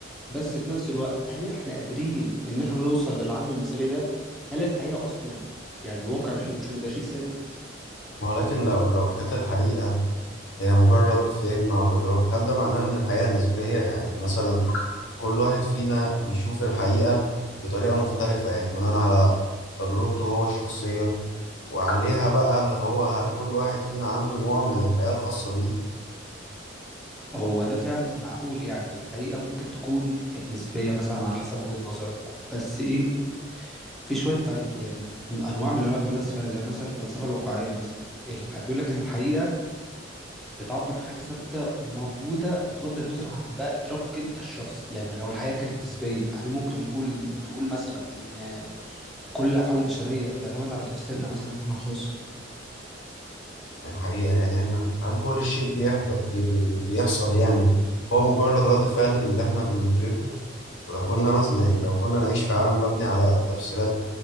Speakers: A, in the centre; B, on the left (about 80°).
A: بس في نفس الوقت هل احنا قادرين ان احنا نوصل للعالم المثالي ده هل الحقيقة اصلا يعني الواقع اللي احنا بنشوفه ده شيء ثابت
B: ولكن لو لو كانت الحقيقة هي مجرد فهم أو إدراك هل ده معناه إن الحقيقة نسبية يعني مثلا كل واحد فينا بيشوف الحقيقة بطريقة مختلفة يعني بناء على تجربته هو الشخصية وعليها بقى اللي هو هل كل واحد فينا عنده نوع من الحياة الخاصة بيه
A: هو ده فعلا معقول يعني الحقيقة ممكن تكون يعني نسبية مثلا على حسب وجهة نظرك بس ايه في شوية فل... يعني من أنواع من أنواع الفلاسفة زي مثلا الفلسفة الواقعية مثلا الح- بيقول لك إن الحقيقة بتعبر عن حاجة ثابتة وموجودة بغض النظر عن بقى إدراكك أنت الشخصي يعني لو الحقيقة كانت نسبية هل ممكن نقول نقول مثلا إن كل الافعال البشريه بتعتمد على تفسيرنا مثلا احنا الخاص
B: يعني حقيقة يعني احنا هل كل شيء بيحض... بي... بي... بي- بيحصل يعني هو مجرد رد فعل اللي احنا بندركه ولو كنا مثلا يعني لو كنا نعيش في عالم مبني على تفسيرات